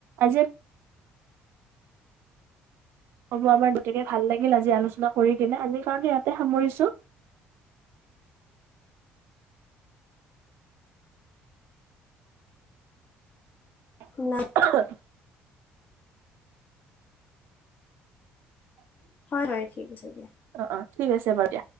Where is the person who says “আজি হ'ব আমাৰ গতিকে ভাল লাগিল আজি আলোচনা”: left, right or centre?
Right